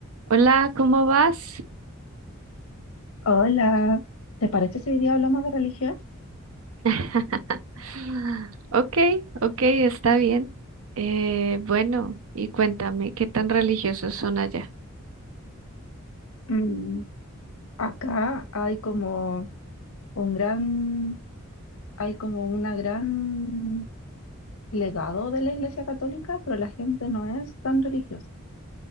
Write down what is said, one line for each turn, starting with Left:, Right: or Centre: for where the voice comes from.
Right: Hola, ¿cómo vas?
Left: Hola, ¿te parece si hoy día hablamos de religión?
Right: <laughs> Ok, ok, está bien. Eh, bueno, y cuéntame, ¿qué tan religiosos son allá?
Left: Mm, acá hay como un gran, hay como una gran legado de la Iglesia Católica, pero la gente no es tan religiosa.